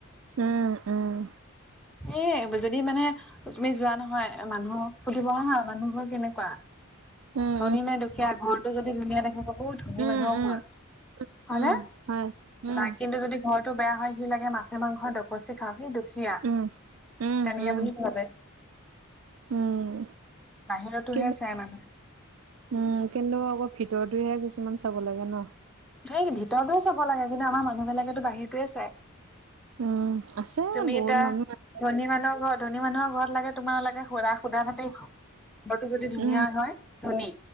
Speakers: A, on the right; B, in the centre.
A: উম, উম।
B: এই যদি মানে তুমি যোৱা নহয়, মানুহক সুধিব হা মানুহবোৰ কেনেকুৱা।
A: উম
B: ধনী নে দুখীয়া, ঘৰটো যদি ধুনীয়া দেখে বহুত ধনী
A: উম উম
B: মানুহৰ
A: উম উম
B: ঘৰ হয়নে,
A: উম হয় উম
B: নাই কিন্তু যদি ঘৰটো বেয়া হয়, সি লাগে মাছে-মাংসয়ে দকচি খাওঁক, সি দুখীয়া।
A: উম। উম
B: তেনেকে
A: উম
B: বুলি ভাৱে,
A: উম
B: বাহিৰতোহে
A: কিন্তু
B: চাই মানুহে।
A: উম, কিন্তু আকৌ ভিতৰটোহে কিছুমান চাব লাগে ন।
B: সেই ভিতৰটোৱে চাব লাগে, কিন্তু আমাৰ মানুহ বিলাকেটো বাহিৰটোৱে চাই।
A: উম আছে
B: তুমি
A: বহুত
B: এতিয়া
A: মানুহ আ
B: ধনী মানুহৰ ঘৰ, ধনী মানুহৰ ঘৰত লাগে তোমাৰ লাগে সোধা সোধা ভাতেই খাওঁক ঘৰটো যদি ধুনীয়া
A: উম
B: হয়, ধনী।